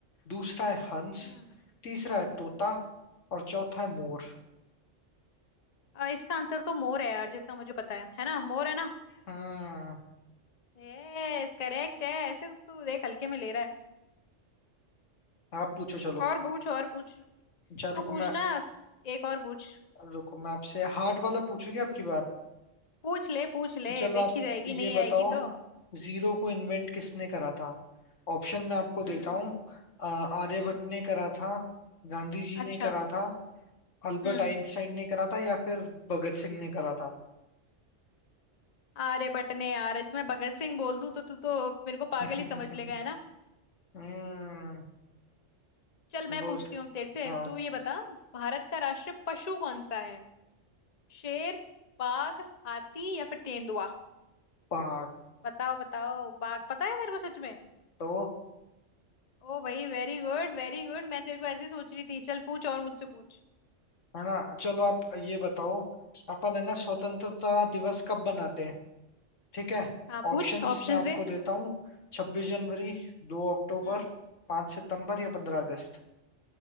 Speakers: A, on the left; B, on the left.
A: दूसरा है हंस
B: हम्म
A: तीसरा है तोता और चौथा है मोर
B: अ, इसका आंसर तो मोर है यार जितना मुझे पता है है ना मोर है ना
A: हम्म
B: यस करेक्ट है ऐसे तो तू देख हल्के में ले रहा है
A: आप पूछो चलो
B: और पूछ और पूछ
A: अच्छा
B: तू
A: रुको
B: पूछ
A: मैं
B: ना एक और पूछ
A: रुको मैं आपसे हार्ड वाला पूछूंगी आपकी बार
B: पूछ ले पूछ ले
A: चलो
B: देखी
A: आप
B: जाएगी
A: ये
B: नहीं
A: बताओ
B: आएगी तो
A: जीरो को इन्वेंट किसने करा था ऑप्शन मैं आपको देता
B: हम्म
A: हूँ अ, आर्यभट्ट
B: हम्म
A: ने करा था गांधी जी
B: अच्छा
A: ने करा था अल्बर्ट
B: हम्म
A: आइंस्टाइन ने करा था या फिर भगत सिंह ने करा था
B: अरे बटने यार इसमें भगत सिंह बोल दूं तो तू तो मेरे को पागल
A: <laughs>
B: ही समझ लेगा है ना
A: हम्म
B: चल मैं
A: वो
B: पूछती
A: तो-
B: हूँ अब तेरे से
A: हाँ
B: तू ये बता भारत का राष्ट्रीय पशु कौन सा है शेर बाघ हाथी या फिर तेंदुआ
A: पाक
B: बताओ बताओ बाघ पता है तेरे को सच में
A: तो
B: ओ भाई वेरी गुड वेरी गुड मैं तेरे को ऐसे ही सोच रही थी चल पूछ और मुझसे पूछ
A: है ना चलो आप ये बताओ अपन है ना स्वतंत्रता दिवस कब बनाते हैं ठीक है
B: हाँ पूछ
A: ऑप्शंस
B: ऑप्शंस
A: मैं आपको
B: दे
A: देता हूँ छब्बीस जनवरी दो अक्टूबर
B: हम्म
A: पांच सितंबर या पंद्रह अगस्त